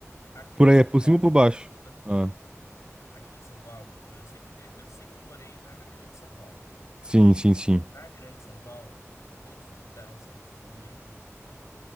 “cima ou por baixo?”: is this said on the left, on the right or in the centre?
Right